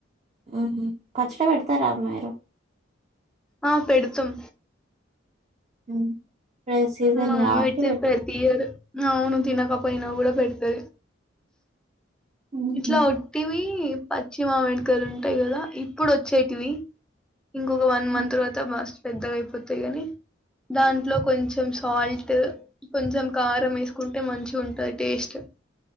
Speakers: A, on the right; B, in the centre.
A: ఆహు పచ్చడి పెడతారా మీరు
B: ఆ పెడతాం
A: హ్మ్ ఇప్పుడే సీజన్
B: మా మమ్మీ
A: కాబట్టి
B: పెడతది
A: పెడతారు
B: ప్రతి ఇయర్. అవును తినకపోయినా కూడా పెడతాది.
A: హుహు.
B: ఇట్లావంటివి పచ్చి మామిడికాయలు ఉంటాయి. కదా ఇప్పుడు వచ్చేటివి ఇంకొక వన్
A: హ్మ్.
B: మంత్ తర్వాత మస్త్ పెద్దగా అయిపోతాయి. కాని దాంట్లో కొంచెం సాల్ట్, కొంచెం కారం వేసుకుంటే మంచి ఉంటది. టేస్ట్